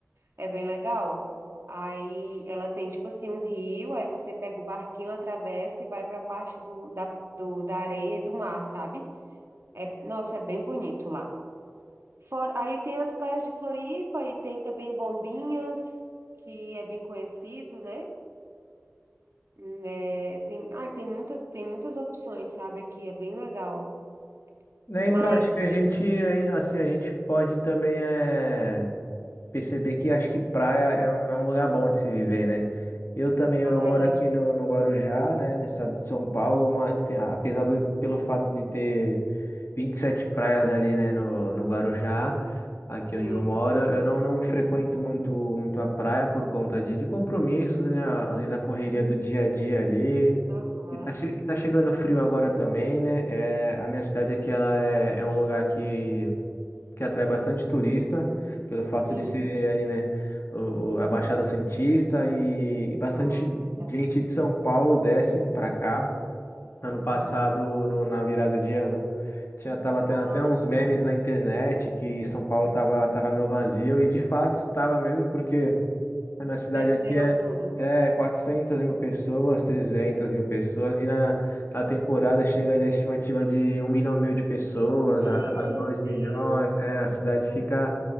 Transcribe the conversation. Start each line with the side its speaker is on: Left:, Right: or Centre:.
Right: É bem legal. Aí ela tem tipo assim um rio, aí você pega o barquinho, atravessa e vai para a parte do, da, do- da areia e do mar, sabe? É, nossa, é bem bonito lá. Fora, aí tem as praias de Floripa e tem também Bombinhas, que é bem conhecido, né? Hum, É, tem, ah, tem muitas, tem muitas opções, sabe? Aqui é bem legal.
Left: Né,
Right: Mas
Left: então, acho que
Right: você.
Left: a gente, hein, assim, a gente pode também é, perceber que acho que praia é, um é um lugar bom de se viver, né? Eu também, eu
Right: Ah,
Left: moro
Right: é.
Left: aqui no, no Guarujá, né, no estado de São Paulo, mas tem, apesar do, pelo fato de ter 27 praias ali, né, no, no Guarujá, aqui
Right: Sim.
Left: onde eu moro, eu não, não frequento muito, muito a praia por conta de, de compromissos, né? Às vezes a correria do dia a dia ali.
Right: Aham.
Left: E tá, che- e tá chegando frio agora também, né? É, a minha cidade aqui, ela é, é um lugar que, que atrai bastante turista, pelo fato
Right: Sim.
Left: de ser ali, né, o, o- a Baixada Santista e, e bastante
Right: Ah, verdade.
Left: gente de São Paulo desce pra cá. Ano
Right: Aham.
Left: passado, no- na virada de ano, tinha, tava tendo
Right: Ah,
Left: até uns memes
Right: tá.
Left: na internet que São Paulo tava, tava meio vazio, e de fato estava mesmo, porque a minha cidade
Right: Desceram
Left: aqui é,
Right: tudo.
Left: é 400 mil pessoas, 300 mil pessoas, e na, na temporada chega ali a estimativa de um milhão e meio de pessoas
Right: Meu
Left: a, a 2 milhões.
Right: Deus.
Left: É, a cidade fica, a